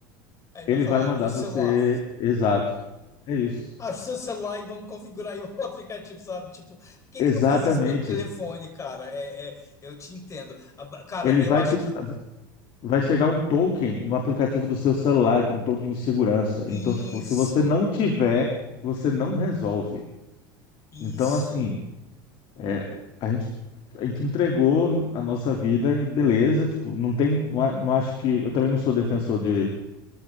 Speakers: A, on the left; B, on the left.
A: aí ele
B: ele
A: vai falar,
B: vai mandar
A: abre o celular.
B: você exato. É isso.
A: Acha o seu celular e vamos configurar aí o <laughs> aplicativo, sabe? Tipo, por que
B: Exatamente.
A: que não fez isso pelo telefone, cara? É, é, eu te entendo. A ba- Cara,
B: Ele
A: eu
B: vai
A: acho
B: te,
A: que
B: vai chegar um token no aplicativo do seu celular, um token de segurança.
A: isso,
B: Então, tipo, se você não tiver, você não resolve.
A: isso.
B: Então, assim, É, a gente, a gente entregou a nossa vida e beleza, tipo, não tem, não, a- não acho que, eu também não sou defensor de